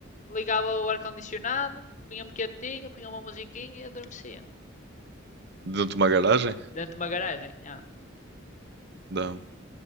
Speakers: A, on the left; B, on the right.
A: ligava o ar-condicionado, punha-me quietinho, punha uma musiquinha e adormecia.
B: dentro de uma garagem.
A: Dentro de uma garagem. Ah,
B: Não.